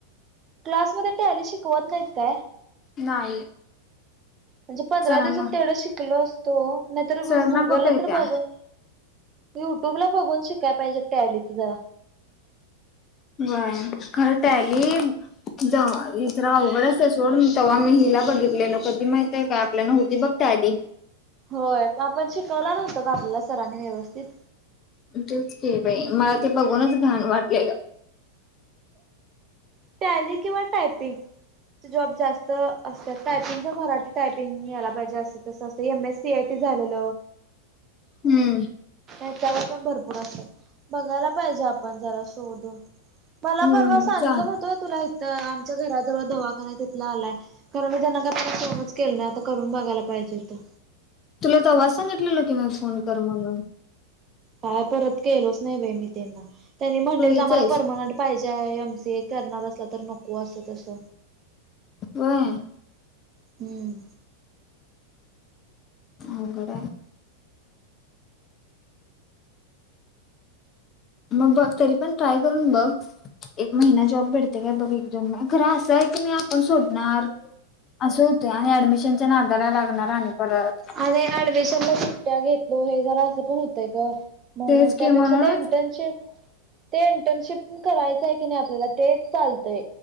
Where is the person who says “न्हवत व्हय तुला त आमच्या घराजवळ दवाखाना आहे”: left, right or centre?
Right